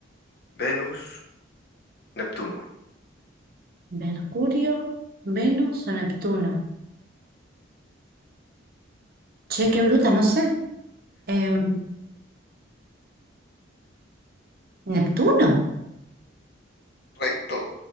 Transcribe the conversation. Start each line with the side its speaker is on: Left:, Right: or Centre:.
Left: Venus, Neptuno.
Right: Mercurio, Venus o Neptuno. Che, qué bruta, no sé. Em, Neptuno.
Left: Correcto.